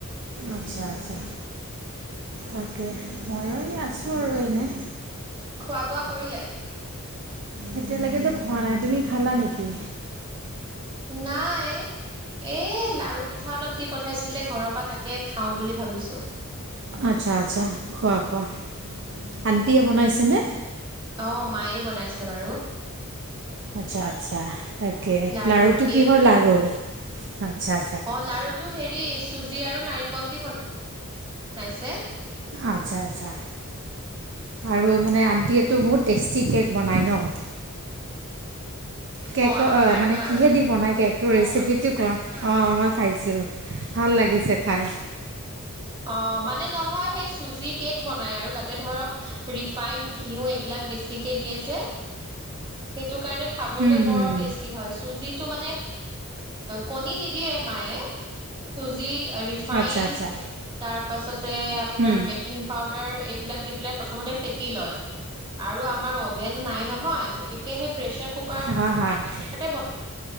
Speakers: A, on the right (about 55°); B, on the right (about 20°).
A: আচ্ছা-আচ্ছা তাকে, মইও আছো আৰু এনেই।
B: খোৱা-বোৱা কৰিলে?
A: এতিয়ালৈকেতো খোৱা নাই। তুমি খালা নেকি?
B: নাই। এই লাৰু পিঠা অলপ দি পঠাইছিলে ঘৰৰ পৰা তাকে খাওঁ বুলি ভাবিছো।
A: আচ্ছা-আচ্ছা, খোৱা-খোৱা। আনটিয়ে বনাইছে নে?
B: অঁ', মায়ে বনাইছে বাৰু।
A: আচ্ছা'-আচ্ছা' তাকে।
B: লাৰু
A: লাৰুটো
B: কেক
A: কিহৰ লাৰু? আচ্ছা'-আচ্ছা'।
B: অঁ' লাৰুটো হেৰি চুজি আৰু নাৰিকল দি ব-বনাইছে।
A: আচ্ছা'-আচ্ছা'। আৰু মানে আণ্টিয়েতো বহুত টেষ্টি কেক বনায় ন'। কেক
B: আপুনি
A: অ',
B: খাইছে
A: মানে
B: ন
A: কি'হে
B: আগতে
A: দি বনাই কেক? তোৰ ৰেচিপিটো কোৱা? অঁ' মই খাইছোঁ ভাল লাগিছে খাই।
B: অঁ', মানে নহয় সেই চুজি কেক বনাই আৰু, তা'তে ধৰক- ৰিফাইন ঘিউ এইবিলাক বেছিকে দিয়ে যে সেইটো কাৰণে খাবলৈ
A: হুম, হুম,
B: বৰ
A: হুম।
B: টেষ্টি- হয়। চুজিতো মানে কণি নিদিয়ে মায়ে চুজি - ৰিফাইন
A: আচ্ছা আচ্ছা
B: তাৰ পাছতে আপোনাৰ
A: উম
B: বেকিং পাউদাৰ এইবিলাক দি- প্ৰথমতে ফেতি লয়, আৰু আমাৰ অভেন নাই নহয় গতিকে সেই প্ৰেছাৰ কুকাৰ
A: হা'-হা'।
B: তা'তে ব-